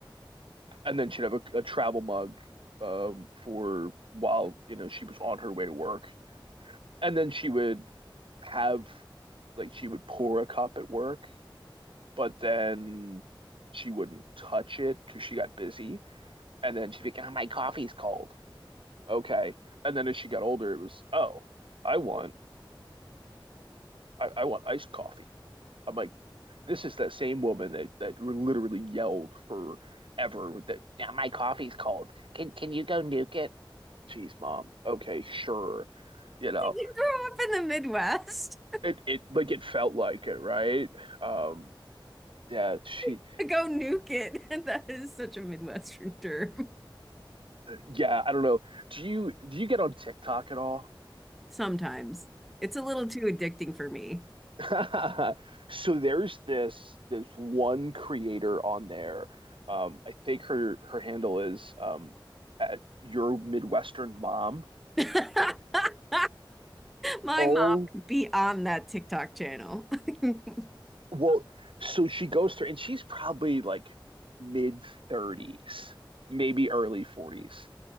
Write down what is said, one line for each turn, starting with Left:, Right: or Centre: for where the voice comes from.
Right: and then she'd have a, a travel mug um, for while you know she was on her way to work and then she would have like she would pour a cup at work, but then she wouldn't touch it because she got busy. And then she'd be like, "Oh, my coffee's cold." Okay. And then as she got older, it was, "Oh, I want I, I want iced coffee." I'm like, this is that same woman that that literally yelled forever that, "Yeah, my coffee's cold. Can can you go nuke it?" Jeez, mom. Okay, sure. You know,
Centre: you grow up in the Midwest?
Right: it it like it felt like it, right? Um, Yeah, she.
Centre: <laughs> Go nuke it. <laughs> That is such a Midwestern term.
Right: Yeah, I don't know. Do you do you get on TikTok at all?
Centre: Sometimes it's a little too addicting for me.
Right: <laughs> So there's this this one creator on there. Um, I think her her handle is um, at Your Midwestern Mom.
Centre: <laughs> My
Right: Oh,
Centre: mom could be on that TikTok channel. <laughs>
Right: well, so she goes through, and she's probably like mid 30s, maybe early 40s.